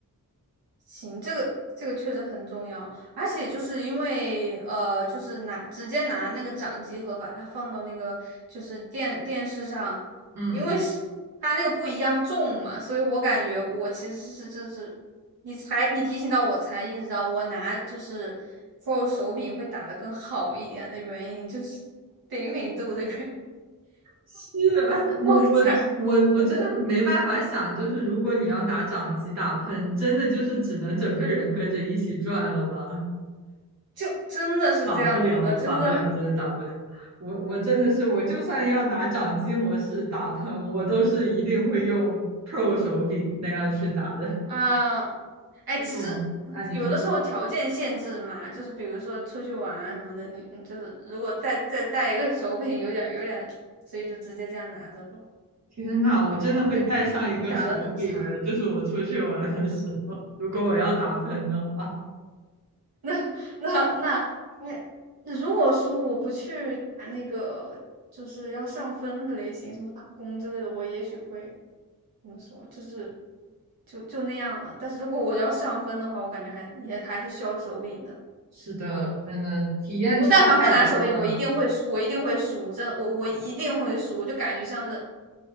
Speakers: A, on the right; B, on the right.
A: 行，这个这个确实很重要，而且就是因为呃，就是拿直接拿那个掌机盒把它放到那个就是电电视上，
B: 嗯。
A: 因为是它那个不一样重嘛，所以我感觉我其实是就是你才你提醒到我才意识到我拿就是 Pro 手柄会打得更好一点的原因就是灵敏度的原因，
B: 是啊，
A: <laughs>
B: 我我我我真的没办法想，
A: 我才我
B: 就是如果你要拿掌机打喷，真的就是只能整个人跟着一起转了吧？
A: 就真的是这样子的，
B: 打不了，
A: 就是
B: 打不了，真的打不了。我我真的是，我就算要拿掌机模式打喷，我都是一定会用 Pro 手柄那样去打的。
A: 啊。哎，
B: 这种，
A: 其实嗯有的时候条件限制嘛，
B: 按你说，
A: 就是比如说出去玩啊什么的，你你就是如果带再带一个手柄，有点有点所以就直接这样拿着咯，
B: 天呐，我真的会带上一个手柄哎，
A: 那就会打得很差。
B: 就是我出去玩的时候，如果我要打喷的话。
A: <laughs> 那那那，那如果说我不去打那个就是要上分的类型，什么打工之类的，我也许会怎么说，就是就就那样了。但是如果我要上分的话，我感觉还也还是需要手柄的。
B: 是的，真的体验差太多了。
A: 我但凡不拿手柄，我一定会输，我一定会输，真的，我我一定会输，就感觉像是